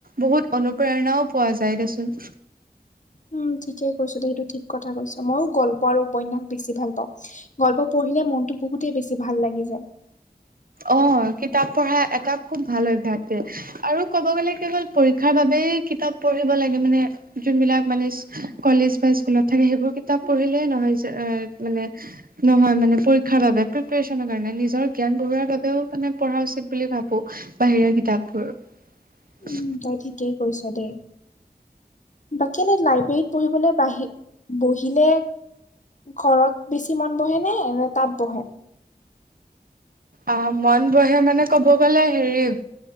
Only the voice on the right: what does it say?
বহুত অনুপ্ৰেৰণাও পোৱা যায় দেচোন।
অ' কিতাপ পঢ়া এটা খুব ভাল অভ্যাস দে। আৰু ক'ব গ'লে কেৱল পৰীক্ষাৰ বাবেই কিতাপ পঢ়িব লাগে মানে যোনবিলাক মানে কলেজ বা স্কুলত থাকে সেইবোৰ কিতাপ পঢ়িলেই নহয় যে মানে নহয় মানে পৰীক্ষাৰ বাবে প্ৰিপ্যচনৰ কাৰণে নিজৰ জ্ঞান বহুৱাৰ বাবেও মানে পঢ়া উচিত বুলি ভাবোঁ বাহিৰা কিতাপবোৰৰ।
অ', মন বহে মানে কব গলে, হেৰি